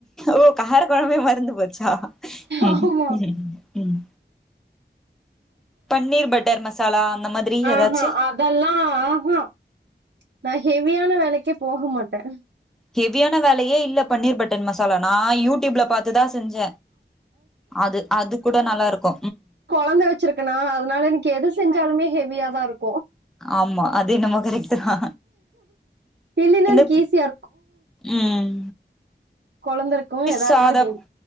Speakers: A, in the centre; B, on the right.
A: ஓ கார குழம்பே மறந்து போச்சா உ
B: ஆமா
A: உம் பன்னீர் பட்டர் மசாலா அந்த மாதிரி
B: ஆ
A: ஏதாச்சு
B: ஆ அதெல்லாம் ஆஹஹா ஹெவியான வேலைக்கே போக மாட்டே
A: ஹெவியான வேலையே இல்ல பன்னீர் பட்டர் மசாலானா யூடியூப்ல பார்த்துதா செஞ்ச அது அது கூட நல்லாருக்கும்
B: குழந்த வச்சிருக்கனா அதனால எனக்கு எது செஞ்சாலுமே ஹெவியாதான் இருக்கும்
A: ஆமா அது என்னமோ கரெக்ட்டு தா
B: இல்லைன்னா
A: இந்த
B: எனக்கு ஈஸியா
A: உம்
B: கொழந்தருக்கும் எதா
A: சாத
B: இருந்தாலும் ஹேவி